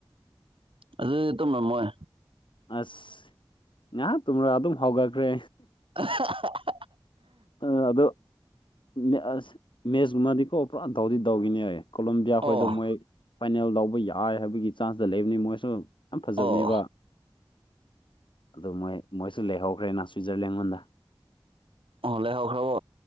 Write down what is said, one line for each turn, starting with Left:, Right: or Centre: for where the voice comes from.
Right: ꯑꯗꯨꯗꯤ ꯇꯨꯝꯃꯝꯃꯣꯏ
Left: ꯑꯁ ꯉꯍꯥꯛ ꯇꯨꯝꯔ ꯑꯗꯨꯝ ꯍꯧꯒꯠꯈ꯭ꯔꯦ
Right: ꯑꯍꯥ ꯍꯥ <unintelligible>
Left: ꯑ ꯑꯗꯣ ꯃꯦꯁ ꯃꯦꯁ ꯃꯗꯤꯀꯣ ꯄꯨꯔꯥ ꯇꯧꯗꯤ ꯇꯧꯒꯤꯅꯤ ꯍꯥꯏꯌꯦ ꯀꯣꯂꯝꯕꯤꯌꯥ
Right: ꯑꯣ
Left: ꯈꯣꯏꯗꯣ ꯃꯣꯏ ꯐꯥꯏꯅꯦꯜ ꯂꯧꯕ ꯌꯥꯏ ꯍꯥꯏꯕꯒꯤ ꯆꯥꯟꯁꯇ ꯂꯩꯕꯅꯦ ꯃꯣꯏꯁꯨ ꯌꯥꯝ ꯐꯖꯕꯅꯦꯕ
Right: ꯑꯣ
Left: ꯑꯗꯨꯝ ꯃꯣꯏ ꯃꯣꯏꯁꯨ ꯂꯩꯍꯧꯈ꯭ꯔꯦꯅ ꯁ꯭ꯋꯤꯖꯔꯂꯦꯟꯉꯣꯟꯗ
Right: ꯑꫭ ꯂꯩꯍꯧꯈ꯭ꯔꯕꯣ